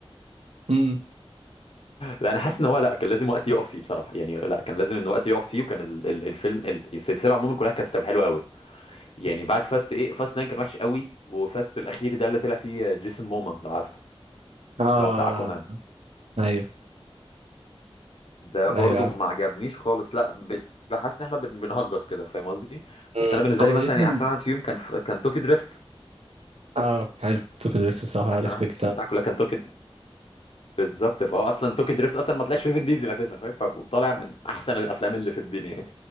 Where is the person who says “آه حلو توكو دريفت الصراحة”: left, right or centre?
Right